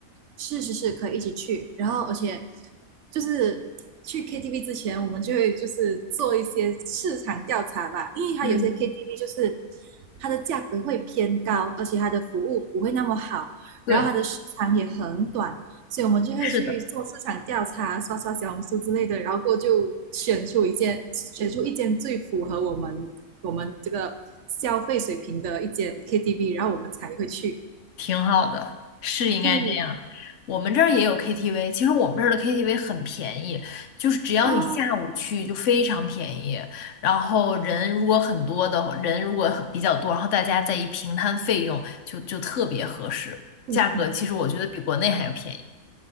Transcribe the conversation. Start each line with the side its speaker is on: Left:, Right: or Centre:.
Right: 是是是，可以一起去。然后，而且就是去 KTV 之前，我们就会就是做一些市场调查吧，因为它有些
Left: 嗯，
Right: KTV 就是它的价格会偏高，而且它的服务不会那么好，然后它的时长也很短，
Left: 对。
Right: 所以我们就会去做市场调查，
Left: 是的。
Right: 刷刷小红书之类的，然后过后就选出一间，选出一间最符合我们我们这个消费水平的一间 KTV，然后我们才会去。
Left: 挺好的，是应该这样。
Right: 对，
Left: 我们这儿也有 KTV，其实我们这儿的 KTV 很便宜，就是只要你下午去就非常便宜。
Right: 哦，
Left: 然后人如果很多的人如果很比较多，然后大家再一平摊费用就，就特别合适。
Right: 嗯
Left: 价格其实我觉得比国内还要便宜。